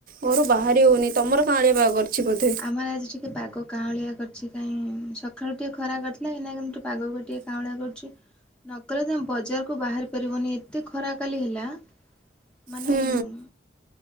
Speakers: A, on the right (about 50°); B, in the centre.
A: ଘରୁ ବାହାରି ହଉନି ତମର କାଁଳିଆ ପାଗ କରିଚି ବୋଧେ?
B: ଆମର ଆଜି ଟିକିଏ ପାଗ କାଁଳିଆ କରିଚି କାଇଁ ସକାଳୁ ଟିକେ ଖରା କରିଥିଲା ଏଇନା କିନ୍ତୁ ଠୁ ପାଗକୁ ଟିକିଏ କାଉଁଳିଆ କରୁଚି। ନକଲେ ତମେ ବଜାରକୁ ବାହାରି ପାରିବନି ଏତେ ଖରା କାଲି ହେଲା। ମାନେ
A: ହୁଁ
B: ଉମ୍